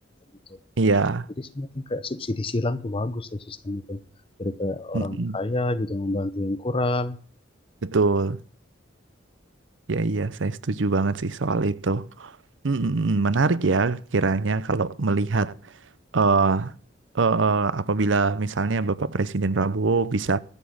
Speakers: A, on the left; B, on the right.
A: gitu
B: Iya.
A: jadi semacam kayak subsidi silang tuh bagus tuh sistem itu jadi kayak
B: Mm-mm.
A: orang kaya gitu membantu yang kurang
B: Betul. Ya iya, saya setuju banget sih soal itu. Mm, mm, mm. menarik ya kiranya kalau melihat eh eh, eh, apabila misalnya Bapak Presiden Prabowo bisa